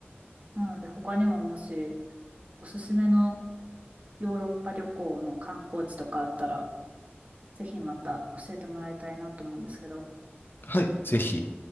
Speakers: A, on the right; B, on the left.
A: なので、他にももし、おすすめのヨーロッパ旅行の観光地とかあったら、ぜひまた教えてもらいたいなと思うんですけど。
B: はい、ぜひ。